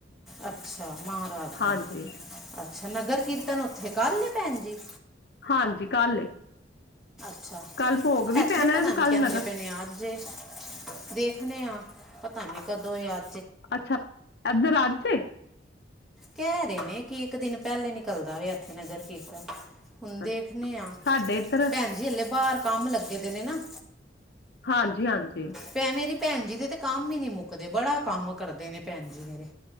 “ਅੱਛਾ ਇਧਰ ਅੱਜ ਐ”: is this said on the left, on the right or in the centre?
Left